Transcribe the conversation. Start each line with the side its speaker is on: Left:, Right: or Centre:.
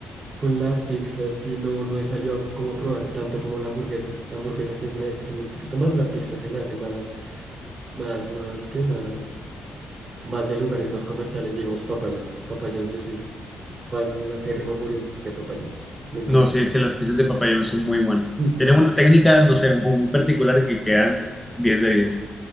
Right: con la pizza sí no, no he salido como a probar tanto como la hamburguesa. La hamburguesa sí me defiende un poquito más, la pizza se me hace más, más, más, ¿qué más? Más de lugares más comerciales, digamos Papa John's. Papa John's, yo soy fan acérrimo a morir de Papa John's. Me encanta
Centre: No, sí,
Right: esa
Centre: es
Right: pizza.
Centre: que las pizzas de papayón son muy buenas.
Right: Hmm.
Centre: Tienen una técnica, no sé, un- muy particular que quedan diez de diez